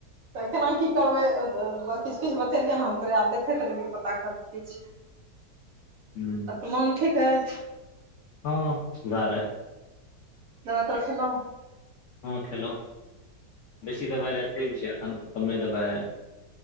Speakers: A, on the right (about 65°); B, on the left (about 85°).
A: तऽ केना की करबै तऽ किछु किछु बतेलियै ने हम आब देखैत रहियै पता क किछु
B: हू
A: मोन ठीके अछि
B: हँ सुधारै है
A: दबाइ तऽ खेलह
B: हँ खेलहु बेसी दबाइ रते बे छै एखन कमे दबाय